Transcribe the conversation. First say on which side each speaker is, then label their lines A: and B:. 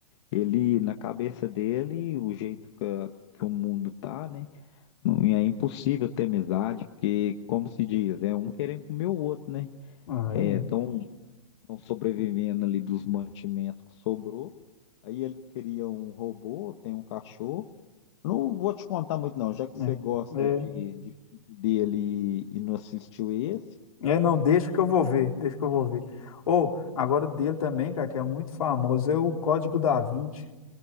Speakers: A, on the left (about 50°); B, on the left (about 75°).
A: Ele, na cabeça dele, o jeito que, a- que o mundo tá, né? Não, e É impossível ter amizade, porque, como se diz, é um querendo comer o outro, né?
B: Ah,
A: É,
B: é,
A: estão sobrevivendo ali dos mantimentos que sobrou. Aí ele cria um robô, tem um cachorro. Não vou te contar muito, não, já que você
B: é,
A: gosta
B: é.
A: de, de filme dele e não assistiu esse.
B: É, não, deixa que eu vou ver, deixa que eu vou ver. Ou, agora dele também, cara, que é muito famoso, é o Código da Vinci.